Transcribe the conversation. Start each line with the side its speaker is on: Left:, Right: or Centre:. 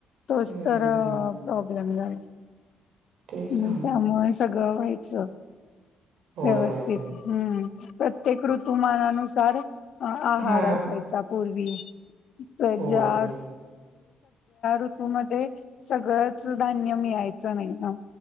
Left: तोच
Right: हम्म
Left: तर प्रॉब्लेम झा
Right: तेच
Left: हम्
Right: ना
Left: त्यामुळे सगळं व्हायचं
Right: होय.
Left: व्यवस्थित हम्म प्रत्येक ऋतुमानानुसार आहार
Right: हा
Left: असे राहायचा पूर्वी सगळ्या
Right: होय
Left: ऋतूमध्ये सगळंच धान्य मिळायचं नाही ना.